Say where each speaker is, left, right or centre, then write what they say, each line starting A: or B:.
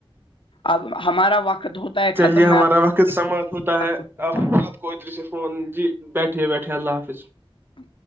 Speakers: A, on the left; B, on the right.
A: اب ہمارا وقت ہوتا ہے
B: چلیے
A: ختم میں
B: ہمارا
A: آپ
B: وقت سماعت ہوتا
A: کو بات
B: ہے
A: کرتا
B: اپپ
A: ہوں۔
B: کوئیتری سے فون جی بیٹھے بیٹھے اللہ حافظ
A: ا